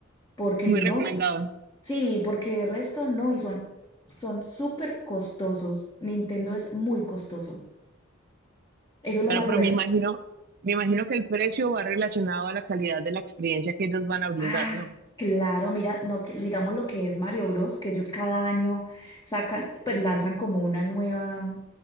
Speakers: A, on the left; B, on the right.
A: porque
B: muy
A: si
B: recomendado.
A: no, sí, porque el resto no, y son son súper costosos. Nintendo es muy costoso. Eso es
B: Bueno,
A: lo malo
B: pero
A: de...
B: me imagino, me imagino que el precio va relacionado a la calidad de la experiencia que ellos van a brindar,
A: Ah,
B: ¿no?
A: claro, mira, lo que, digamos lo que es Mario Bros, que ellos cada año sacan, pues lanzan como una nueva,